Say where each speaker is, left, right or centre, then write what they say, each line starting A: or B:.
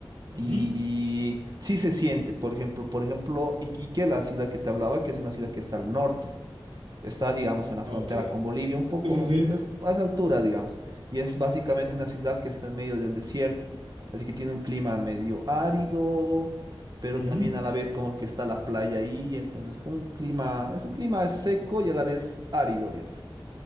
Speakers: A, on the right; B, on the right.
A: Ujú.
B: Y sí se siente, por ejemplo, por ejemplo, Iquique, la ciudad que te hablaba, que es una ciudad que está al norte. Está, digamos, en la
A: Ok.
B: frontera con Bolivia, un poco
A: Sí, sí,
B: mm,
A: sí.
B: pues, a esa altura, digamos. Y es básicamente una ciudad que está en medio del desierto. Así que tiene un clima medio árido, pero
A: Ujú.
B: también a la vez como que está la playa ahí. Entonces, como un clima, es un clima seco y a la vez árido, digamos.